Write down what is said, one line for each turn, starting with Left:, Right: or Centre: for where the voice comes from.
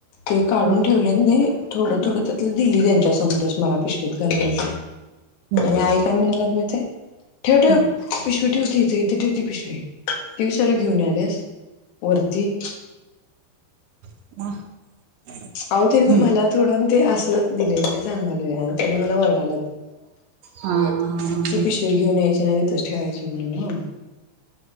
Left: ते काढून
Right: हम्म.
Left: ठेवले नी थोडं थोडं त्यातलं दिली त्यांच्या समोरच मला पिशवीत घालून.
Right: हम्म.
Left: आणि आई काय म्हणल्यात माहित ते ठेव ठेव
Right: हम्म.
Left: पिशवीत ठेव की इथ ठेव ती पिशवी तेच त्याला घेऊन यायलायस वरती
Right: <inaudible>
Left: आणि तीन
Right: हम्म.
Left: मला थोडं ते असं दिलेलं ते सांगालोय आणि - तेन मला वरडल्यात
Right: हा हा हा हा.
Left: ती पिशवी घेऊन यायची नाही तिथच ठेवायची म्हणून ह